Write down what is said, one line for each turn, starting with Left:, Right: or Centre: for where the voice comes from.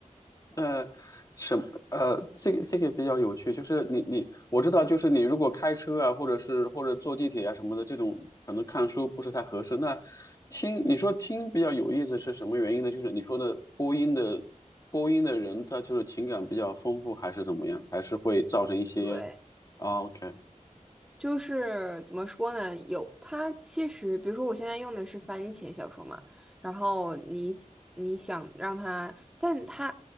Left: 呃，什呃，这个这个比较有趣，就是你你我知道，就是你如果开车啊，或者是或者坐地铁啊什么的，这种可能看书不是太合适。那听你说听比较有意思是什么原因呢？就是你说的播音的播音的人，他就是情感比较丰富，还是怎么样？还是会造成一些
Centre: 对。
Left: 啊？OK，
Centre: 就是怎么说呢？有它其实，比如说我现在用的是番茄小说嘛，然后你你想让它，但它